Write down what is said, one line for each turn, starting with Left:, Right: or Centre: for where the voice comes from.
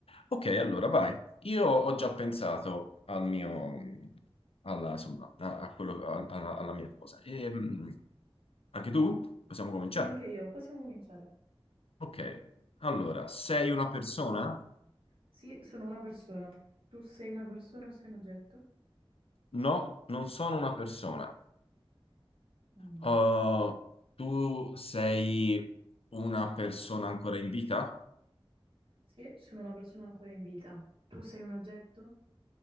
Left: Ok, allora vai. Io ho già pensato al mio, alla, insomma, a, a quello, al- alla, alla mia cosa. E, mh, anche tu? Possiamo cominciare?
Right: Sì, anche io. Possiamo cominciare.
Left: Ok, allora, sei una persona?
Right: Sì, sono una persona. Tu sei una persona o sei un oggetto?
Left: No, non sono una persona.
Right: Mm.
Left: Uh, tu sei una persona ancora in vita?
Right: Sì, sono una persona ancora in vita. Tu sei un oggetto?